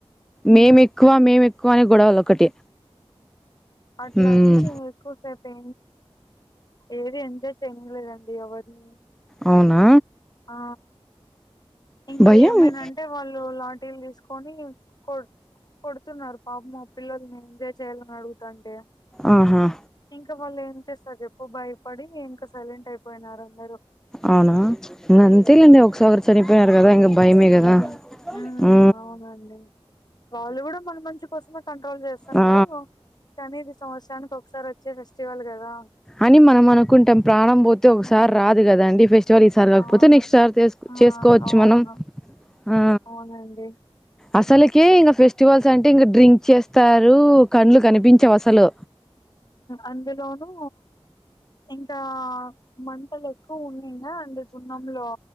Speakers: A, in the centre; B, on the left.
A: మేం ఎక్కువ మేము ఎక్కువ అని గొడవలు ఒకటి
B: అట్లా
A: ఉమ్
B: అది ఎక్కువసేపె ఏది ఎంజాయ్ చేయలేదండి ఎవరిని
A: అవునా
B: ఆ ఇంక
A: భయం
B: ఏమైనా అంటే వాళ్ళు లాటీలు తీసుకొని కొ కొడుతున్నారు పాపం ల పిల్లల్ని ఎంజాయ్ చేయాలని అడుగుతుాంటే
A: ఆహ
B: ఇంక వాళ్ళు ఏం చేస్తారు ఎప్పు భయపడి ఇంకా సైలెంట్ అయిపోయినారు అందరుూ
A: అవునా అంతేలేండి ఒకసారి చనిపోయినారు కదా ఇంక భయమే కదా
B: హ్మ్ హ్మ్
A: ఉ
B: అవునండి. వాళ్ళు కూడ మన మంచి కోసమే కంట్రోల్ చేస్తున్నారు
A: ఆ
B: కా నీ ఇది సంవత్సరానికి ఒకసారి వచ్చే ఫెస్టివల్ కదా
A: అని మనం అనుకుంటాం ప్రాణం పోతే ఒకసారి
B: హ్మ్
A: రాదు కదా అండి ఫ చో ఈ సార్ లేకపోతే
B: అవును.
A: నెక్స్ట్ సార్
B: ఆ!
A: చేసుకోవచ్చు
B: అవును.
A: మనం ఆ
B: అవునండి.
A: అసలుకే ఇంకా ఫెస్టివల్స్ అంటే ఇంకా డ్రింక్ చేస్తారు కండ్లు కనిపించవు అసలు
B: అందులోనూ ఇంకా మంటలు ఉన్నయినా అంత గున్నంంలో